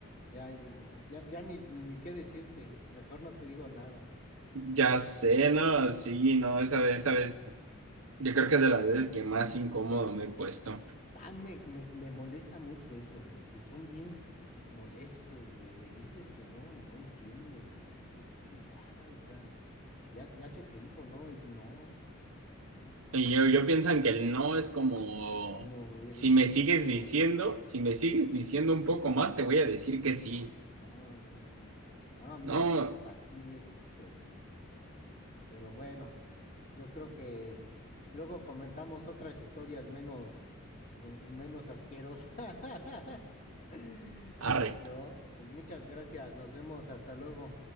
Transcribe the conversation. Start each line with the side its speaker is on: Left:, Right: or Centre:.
Left: ya, ya, ya, ya ni, ni qué decirte. Mejor no te digo nada.
Right: Ya sé, no, sí, no, esa vez, esa vez, yo creo que es de las veces que más incómodo me he puesto.
Left: Ah, me, me, me molesta mucho eso, porque son bien molestos, güey. Les dices que no y no entienden. Y dices, oye, ya, o sea, si ya, ya se te dijo no, es no, ¿no?
Right: Y yo, yo pienso en que el no es como,
Left: Como, eh,
Right: si
Left: sí,
Right: me sigues
Left: sí quiero,
Right: diciendo, si me sigues
Left: sí.
Right: diciendo un poco más, te voy a decir que sí.
Left: No, no, sí, no. Ah, me,
Right: No,
Left: me fastidia ese tipo de gente. Pero bueno, Yo creo que luego comentamos otras historias menos, eh, menos asquerosas. <laughs>
Right: arre.
Left: No, pues muchas gracias. Nos vemos. Hasta luego.